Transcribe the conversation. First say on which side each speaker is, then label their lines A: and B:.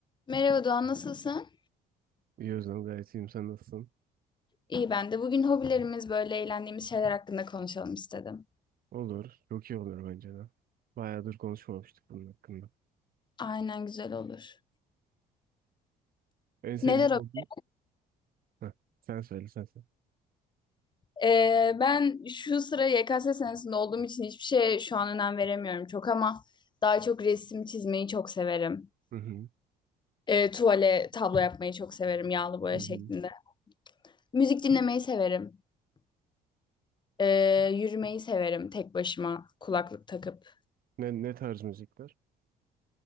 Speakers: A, on the left (about 25°); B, on the right (about 60°).
A: Merhaba Doğan, nasılsın?
B: İyi Özlem gayet iyiyim. Sen nasılsın?
A: İyi ben de. Bugün hobilerimiz böyle eğlendiğimiz şeyler hakkında konuşalım istedim.
B: Olur. Çok iyi olur bence de. Bayağıdır konuşmamıştık bunun hakkında.
A: Aynen güzel olur.
B: En Evet. sevdiğin
A: Neler
B: oldu.
A: hobi?
B: Heh, sen söyle sen söyle.
A: Ee, ben şu sıra YKS senesinde olduğum için hiçbir şeye şu an önem veremiyorum çok ama daha çok resim çizmeyi çok severim.
B: Hı hı.
A: Ee, tuvale tablo yapmayı çok severim yağlı boya
B: Hı hı.
A: şeklinde. Müzik dinlemeyi severim. Ee, yürümeyi severim tek başıma kulaklık takıp.
B: Ne, ne tarz müzikler?